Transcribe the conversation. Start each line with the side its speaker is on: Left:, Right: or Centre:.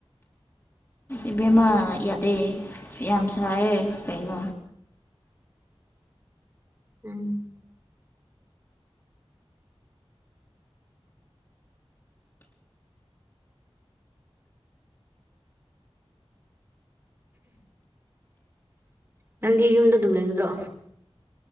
Left: ꯏꯕꯦꯝꯃꯥ ꯌꯥꯗꯦ ꯌꯥꯝ ꯁꯥꯏꯌꯦ ꯀꯩꯅꯣ
Right: <inaudible> ꯑꯝ ꯅꯪꯗꯤ ꯌꯨꯝꯗ ꯑꯗꯨꯝ ꯂꯩꯒꯗ꯭ꯔꯣ